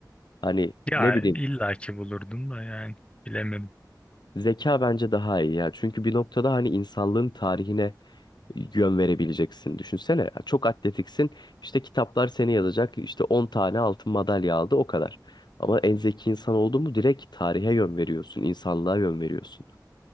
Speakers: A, on the left; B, on the left.
A: Hani
B: Ya
A: ne bileyim
B: illaki ki bulurdum da yani bilemedim.
A: zeka bence daha iyi ya. Çünkü bir noktada hani insanlığın tarihine yön verebileceksin. Düşünsene çok atletiksin. İşte kitaplar seni yazacak. İşte 10 tane altın madalya aldı o kadar. Ama en zeki insan oldun mu direkt tarihe yön veriyorsun. insanlığa yön veriyorsun.